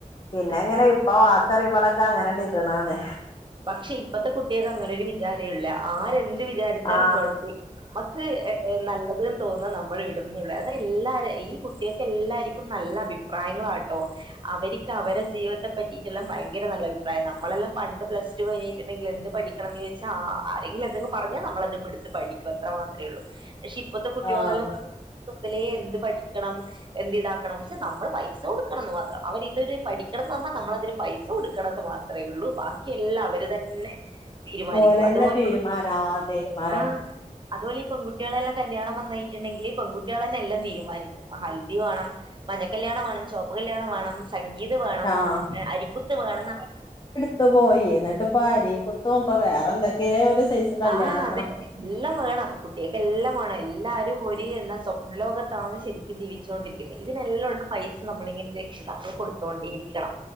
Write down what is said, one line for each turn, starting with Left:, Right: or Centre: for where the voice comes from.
Left: പിന്നെ
Right: ആ,
Left: അങ്ങനെ
Right: ആ.
Left: ഇപ്പോ <unintelligible> അങ്ങനാണ്ട് ഇട്ണാണ്.
Right: പക്ഷെ ഇപ്പത്തെ കുട്ട്യേൾക്ക് അങ്ങനൊരു വിചാരെല്ല ആരെന്ത് ന്ത് വിചാരിച്ചാലും
Left: ആ
Right: കൊഴപ്പല്ല ഞമ്മക്ക് ഏഹ് നല്ലത് തോന്ന നമ്മള് ഇടുംന്നൊള്ളു അതെല്ലാരെ ഈ കുട്ട്യേക്ക് എല്ലാര്ക്കും നല്ല അഭിപ്രായങ്ങളാട്ടോ അവര്ക്ക് അവരെ ജീവിതത്തെ പറ്റിട്ടില്ലേ ഭയങ്കര നല്ല അ ഭിപ്രയാ. നമ്മളെല്ലാം പണ്ട് പ്ലസ് ടു കഴിഞ്ഞിട്ട്ണ്ടെങ്കില് എന്ത് പഠിക്കണം എന്ന് ചോദിച്ചാ ആരെങ്കിലും എന്തെങ്കിലും പറഞ്ഞാ നമ്മളത് എടുത്ത് പഠി അത്രമാത്രേള്ളൂ. പക്ഷെ ഇപ്പത്തെ കുട്ടിയോളെല്ലാം
Left: ആ അതെ
Right: പ്ലസ് ടു മുതലേ എന്ത് പഠിക്കണം എന്ത് ഇതാക്കണം. പക്ഷെ നമ്മള് പൈസ കൊടുക്കണംന്ന് മാത്രം. അവരി ഇതൊരു പഠിക്കണംന്ന് പറഞ്ഞാ നമ്മളതിന് പൈസ കൊടുക്കണം ക്കണം ന്ന് മാത്രെ ഒള്ളൂ ബാക്കിയെല്ലാം അവര് തന്നെ തീരുമാനിക്കൂ
Left: ഓലന്നെ
Right: അതുപോലെ
Left: <unintelligible>
Right: ആഹ്. അതുപോലെ പെൺകുട്ടികളെല്ലാം കല്യാണം വന്നഴിഞ്ഞിട്ട്ണ്ടെങ്കില് പെൺകുട്ടിളെന്നെല്ലം തീരുമാനിക്കും ഹൽദി വാണം മഞ്ഞ കല്യാണം വേണം, ചോപ്പ് കല്യാണം വേണം, സംഗീത് വേണം,
Left: ആഹ്
Right: ഏഹ് അരിക്കുത്ത് വേണംന്ന്
Left: ത്തൊക്കെ പോയി. എന്നിട്ട്പ്പം അരീ കുത്തും ഇപ്പ വേറെ എന്തൊക്കെ ഒര് സൈസ് കല്യാണൊക്കെ
Right: ആഹ് അതെന്നെ എല്ലം വേണം കുട്ട്യേൾക്ക് എല്ലം വേണം എല്ലാരും ഒരി എന്ന സ്വപ്നലോകത്താണ് ശെരി ജീവിച്ചോണ്ടിരിക്കുന്നേ ഇതിനെല്ലോണം പൈസ നമ്മളിങ്ങനെ രക്ഷിതാക്കള് കൊടുത്തോണ്ടേരിക്കണം.